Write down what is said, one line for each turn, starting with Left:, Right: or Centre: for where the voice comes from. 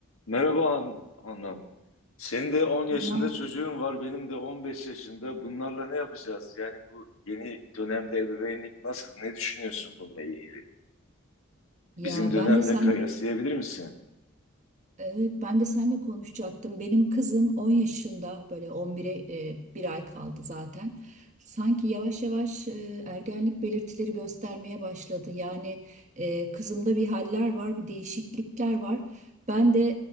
Left: Merhaba An- Anna. Senin de 10 yaşında
Right: Ne?
Left: çocuğun var, benim de 15 yaşında. Bunlarla ne yapacağız? Yani bu yeni dönemde ebeveynlik nasıl? Ne düşünüyorsun bununla ilgili?
Right: Ya
Left: Bizim dönemde
Right: ben de senle
Left: kıyaslayabilir misin?
Right: evet ben de senle konuşacaktım. Benim kızım on yaşında böyle 11'e e, bir ay kaldı zaten. Sanki yavaş yavaş e, ergenlik belirtileri göstermeye başladı. Yani e, kızımda bir haller var, bir değişiklikler var. Ben de